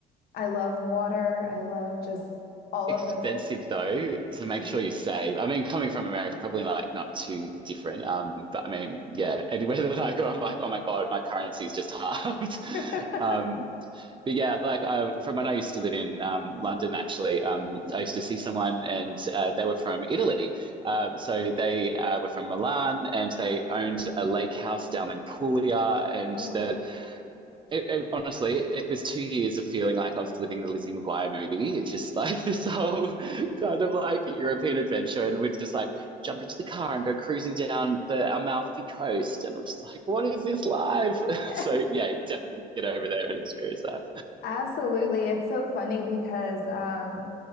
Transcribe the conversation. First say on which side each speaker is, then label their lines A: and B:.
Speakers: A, on the left; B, on the right.
A: I love water. I love just all
B: expensive
A: of those things.
B: though, so make
A: Is
B: sure
A: it?
B: you save. I mean, coming from America, probably like not too different. Um, but I mean, yeah, <laughs> anywhere that I go, I'm like, oh my god, my currency is just halved.
A: <laughs>
B: <laughs> um, but yeah, like I, from when I used to live in um, London, actually, um, I used to see someone and uh, they were from Italy. Um, so they uh, were from Milan and they owned a lake house down in Puglia and
A: Oh wow.
B: the, it, it, honestly, it was two years of feeling like I was living the Lizzie McGuire movie. It's just <laughs> like this whole kind of like European adventure, and we'd just like jump into the car and go cruising down the Amalfi Coast. And I'm just like, what is this life? <laughs>
A: Yeah.
B: so, yeah, definitely get over there and experience that.
A: Absolutely. It's so funny because um